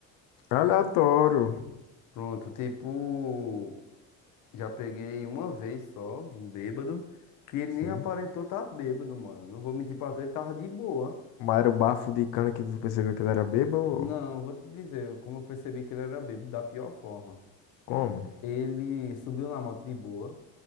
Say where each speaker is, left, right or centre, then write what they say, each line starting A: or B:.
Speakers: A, on the left (about 80°); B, on the left (about 55°).
A: Aleatório.
B: Pronto, tipo, já peguei uma vez só, um bêbado, que ele
A: Sim.
B: nem aparentou estar tá bêbado, mano. Não vou mentir pra tu, ele tava de boa.
A: Mas era o bafo de cana que tu percebeu que ele era bêbado?
B: Não, vou te dizer, como eu percebi que ele era bêbado, da pior forma.
A: Como?
B: Ele subiu na moto de boa,